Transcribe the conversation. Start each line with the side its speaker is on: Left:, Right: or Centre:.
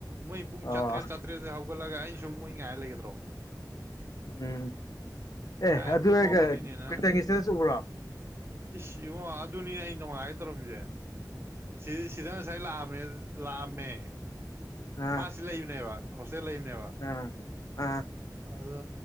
Right: ꯃꯣꯏ ꯄꯨꯡ
Left: ꯑꯣ
Right: ꯆꯥꯇ꯭ꯔꯦꯠ ꯆꯥꯇ꯭ꯔꯦꯠꯇ ꯍꯧꯒꯠꯂꯒ ꯑꯩꯅ ꯁꯨꯝ ꯃꯣꯏ ꯉꯥꯏ ꯂꯩꯒꯗ꯭ꯔꯣ
Left: ꯎꯝ ꯑꯦ
Right: ꯀꯥꯏ
Left: ꯑꯗꯨꯔꯒ
Right: ꯇꯨꯝ ꯍꯧꯒꯠꯂꯤꯅꯦꯅ
Left: ꯀꯇꯪꯒꯤꯁꯤꯗꯁꯨ ꯎꯕ꯭ꯔꯣ
Right: ꯏꯁ ꯏꯉꯣ ꯑꯗꯨꯅꯤꯅꯦ ꯑꯩ ꯅꯨꯡꯉꯥꯏꯒ ꯇꯧꯔꯝꯃꯤꯁꯦ ꯁꯤ ꯁꯤꯗ ꯉꯁꯥꯏ ꯂꯥꯛꯑꯝꯃꯦ ꯂꯥꯛꯑꯝꯃꯦ
Left: ꯑꯥ
Right: ꯃꯥ ꯁꯤꯗ ꯂꯩꯕꯅꯦꯕ ꯍꯣꯁꯇꯦꯜ ꯂꯩꯕꯅꯦꯕ
Left: ꯑꯥ ꯑꯥ
Right: ꯑꯗꯣ